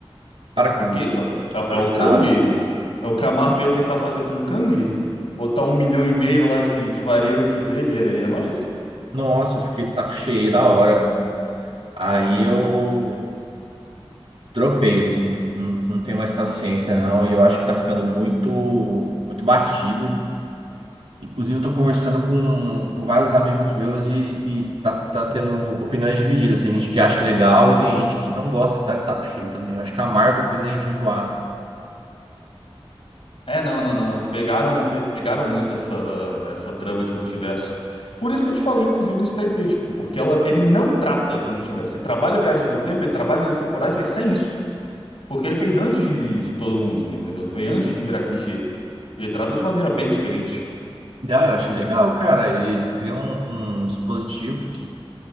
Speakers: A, on the right; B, on the left.
A: Para
B: Ah,
A: com
B: que
A: isso.
B: isso?
A: Que
B: É,
A: forçado.
B: é o Kang? É o que a Marvel ia tentar fazer com o Kang? Botar um milhão e meio lá de, de variantes dele e é, e é nóis?
A: Nossa, eu fiquei de saco cheio da hora. Aí eu Dropei, assim, não, não não tenho mais paciência, não, e eu acho que tá ficando muito, muito batido. Inclusive, eu tô conversando com, com vários amigos meus e, e tá, tá tendo opiniões divididas. Tem gente que acha legal e tem gente que não gosta, que tá de saco cheio também. Eu acho que a Marvel fez a gente enjoar.
B: É, não, não, não. Pegaram, pegaram muito essa, essa trama de multiverso. Por isso que eu te falei, inclusive, do Steins Gate, pô, porque ela, ele não trata de multiverso. Ele trabalha a viagem do tempo, ele trabalha em anos temporais, mas sem isso. Porque ele fez antes de, de todo mundo, tá entendendo? Foi antes de virar clichê. Ele trata de maneira bem diferente.
A: né? Ah, eu achei legal, cara. Eles criam um, um dispositivo que